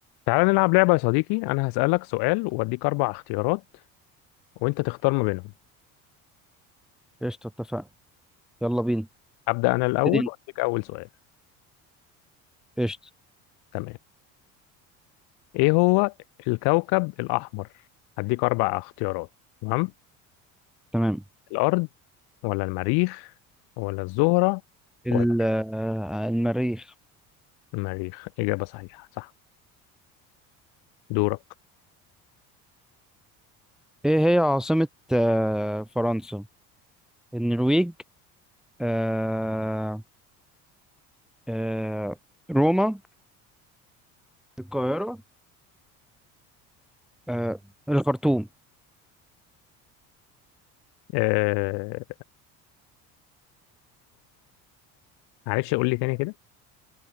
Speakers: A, on the left; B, in the centre.
A: تعال نلعب لعبة يا صديقي أنا هسألك سؤال وأديك أربع اختيارات وأنت تختار ما بينهم
B: قشطة اتفقنا يلا بينا
A: أبدأ أنا الأول
B: ابتدي انت
A: وأديك أول سؤال
B: قشطة
A: تمام إيه هو الكوكب الأحمر هديك أربع اختيارات تمام
B: تمام
A: الأرض ولا المريخ ولا الزهرة
B: ال-
A: ولا
B: آه، المريخ
A: المريخ إجابة صحيحة صح دورك
B: ايه هي عاصمة آه، فرنسا النرويج آه، آه، روما القاهرة آه، الخرطوم
A: آه... معلش قول لي تاني كده